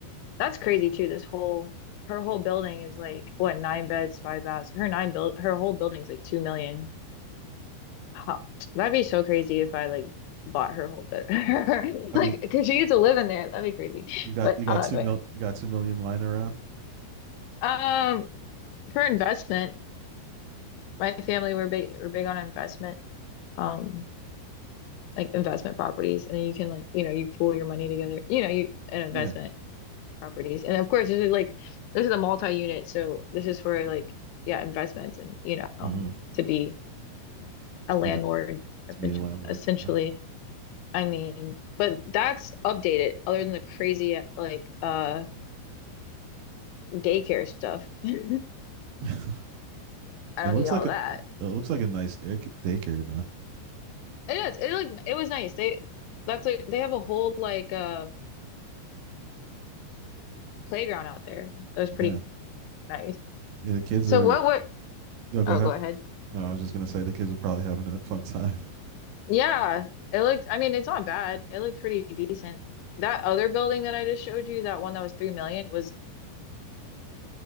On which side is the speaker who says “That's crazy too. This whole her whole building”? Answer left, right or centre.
Left